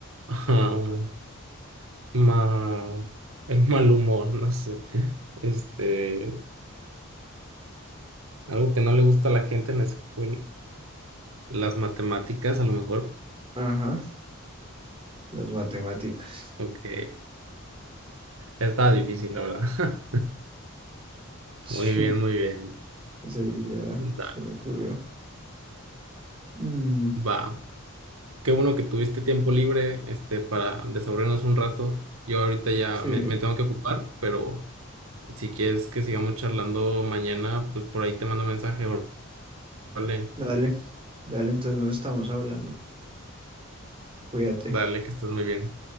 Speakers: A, on the right; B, on the right.
A: <laughs> Ah, ma- el mal humor, no sé. Este... Algo que no le gusta a la gente en la escuela, las matemáticas a lo mejor.
B: ajá, las matemáticas.
A: Ok,
B: <laughs>
A: está difícil, la verdad. <laughs>
B: Sí,
A: Muy bien, muy bien.
B: esa ya
A: Dale,
B: se me ocurrió. Mm,
A: va. Qué bueno que tuviste tiempo libre, este, para desaburrirnos un rato. Yo ahorita ya
B: sí.
A: me, me tengo que ocupar, pero si quieres que sigamos charlando mañana, pues por ahí te mando mensaje, va- vale.
B: Dale, dale, entonces nos estamos hablando. Cuídate.
A: Dale, que estés muy bien.